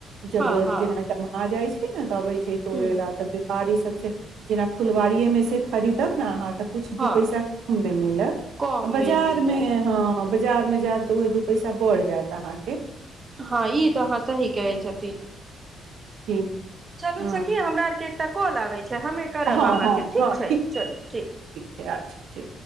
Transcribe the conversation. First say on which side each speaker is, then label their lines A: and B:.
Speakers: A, on the right; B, on the right.
A: जब
B: हँ हँ
A: जेना टाइम आ जाइ छै ने तऽ अबे छै तोड़े
B: हूँ
A: ला तब बाड़ी सब से जेना फुलवारी मे से खरीदब ने अहाँ त कुछ दू
B: हँ
A: पैसा कम मे मिलत
B: कम
A: बाजार
B: मिल जायत
A: मे ह बजा जार मे जयब तऽ उहे दू पैसा बढ़ जायत अहाँके
B: हाँ ई तऽ आहाँ सही कहै छथि
A: ठीक
B: चलू
A: अ,
B: सखी हमरा आर के एकटा कॉल आबै हमे करब
A: हँ
B: अहाँके
A: हँ
B: ठीक
A: हँ
B: छै चलू ठीक
A: छै अच्छा ठीक